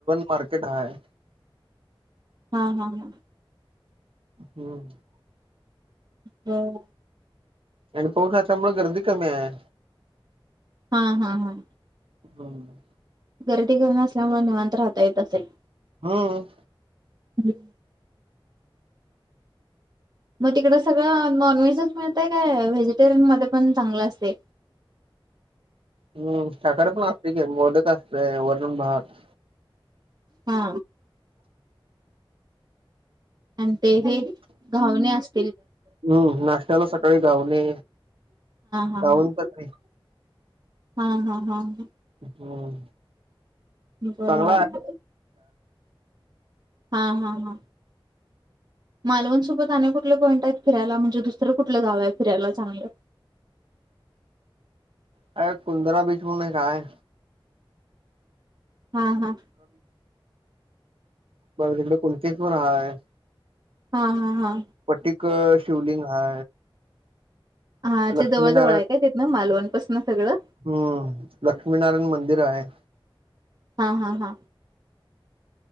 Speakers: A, on the right (about 75°); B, on the right (about 45°).
A: पारकेट ह आहे
B: हा हा हा
A: हम्म
B: हम्
A: आणि पाऊसच्यामुळे गर्दी कमी आहे
B: हा हा हा
A: हम्म
B: गर्दी कर नसल्यामुळे निवांत राहता येत असेल
A: हम्म
B: हम्म मग तिकड सगळं नॉनव्हेजच मिळतय काय व्हेजिटेरियन मध्ये पण चांगलं असते
A: हम् सााखर पण असते का बलेक असतय वर्णन भाग
B: हा आणि ते हे घावणे असते
A: हम्म नाश्त्याला सकाळी गावणे
B: हा
A: गाऊन
B: हा
A: तर का नाही
B: हा हा हा ह
A: हम
B: बर
A: चगला
B: बर हा हा हा मालवणसोबत अने कुठले पॉइंट आहेत फिरायला म्हणजे दुसरं कुठलं गाव आहे फिरायला चांगलं
A: अ कुलंदरा बीच म्हणून एक काय
B: हा हा
A: मला तिकडे कुणतेस पण हय
B: हा हा हा
A: पट्टिक शिवलिंग हा
B: हा
A: लक्ष्मीनारायण
B: ते जवळ जवळ आहे काय तिथनं मालवण पासन सगळं
A: हम्म लक्ष्मीनारायण मंदिर आहे
B: हा हा हा